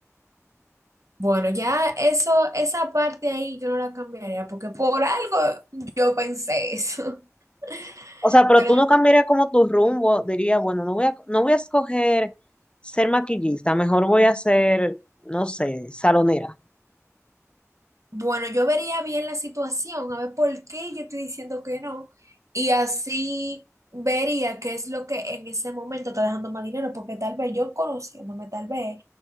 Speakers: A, on the right (about 70°); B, on the left (about 20°).
A: bueno, ya eso, esa parte ahí yo no la cambiaría porque por algo yo pensé eso,
B: O
A: <laughs>
B: sea, pero
A: pero
B: tú no cambiarías como tu rumbo, dirías, bueno, no voy a, no voy a escoger ser maquillista, mejor voy a ser, no sé, salonera.
A: Bueno, yo vería bien la situación, a ver por qué yo estoy diciendo que no, y así vería qué es lo que en ese momento está dejando más dinero, porque tal vez yo conociéndome, tal vez